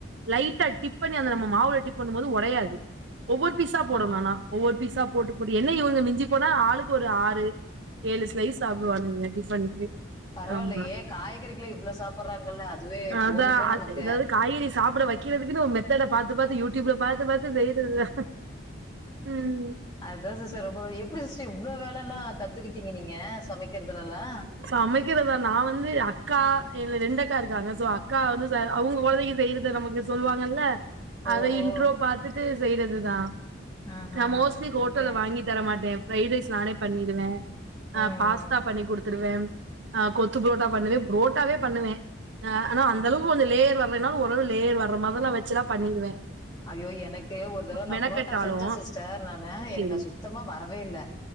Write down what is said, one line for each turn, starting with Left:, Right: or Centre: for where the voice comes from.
Right: லைட்டா டிப் பண்ணி அந்த நம்ம மாவுல டிப் பண்ணும் போது ஒடயாது ஒவ்வொரு பீஸா போடனு
Left: ஆ,
Right: ஆனா ஒவ்வொரு பீஸா போட்டு போட்டு என்ன இவுங்க மிஞ்சி போனா ஆளுக்கு ஒரு ஆறு ஏழு ஸ்லைஸ் சாப்டுவானுங்க டிஃபனுக்கு
Left: பரவாயில்லையே
Right: ஆமா
Left: காய்கறிகளை இவ்வளவு சாப்பிடுறாங்கல்ல அதுவே
Right: அதா
Left: போதும்ல
Right: அது
Left: நமக்கு
Right: எதாது காய்கறி சாப்ட வைக் கிறதுக்குனு ஒரு மெத்தட பாத்து பாத்து யூடூப்ல பாத்து பாத்து செய்றது உம்
Left: அதா சிஸ்டர் ரொம்ப எப்டி சிஸ்டர் இவ்ளோ வேலல்லா கத்துக்கிட்டீங்க நீங்க சமைக்கிறதுலல்லா
Right: சமைக்குறதா நான் வந்து அக்கா இல்ல எ ரெண்டக்கா இருக்காங்க சோ அக்கா வந்து ச அவுங்க கொழந்தைக்கு செய்றத நமக்கு சொல்லுவாங்கல்ல அத
Left: ஓஹோ!
Right: இன்ட்ரோ பாத்துட்டு செய்றது தான்
Left: ஆஹா,
Right: நா மோட்லி
Left: ஓகே,
Right: ஹோட்டல்ல
Left: ஓகே.
Right: வாங்கி தர மாட்டேன் ஃபிரைட் ரைஸ் நானே பண்ணிடுவே ஆ
Left: ம்.
Right: பாஸ்தா குடுத்துருவே ஆ கொத்து புரோட்டா பண்ணுவே புரோட்டாவே பண்ணுவே அ ஆன அந்த அளவுக்கு கொஞ்சோ லேர்யர் வரல நாலு ஓரளவு லேயர் வர்ற மாரிலா வச்சுலா பண்ணிருவே
Left: ஐயோ எனக்கு ஒரு தடவ நா
Right: மெனக்கெட்டாலும்
Left: புரோட்டா செஞ்சே சிஸ்டர் நானு எனக்கு
Right: சேரி
Left: அது சுத்தமா வரவேல்ல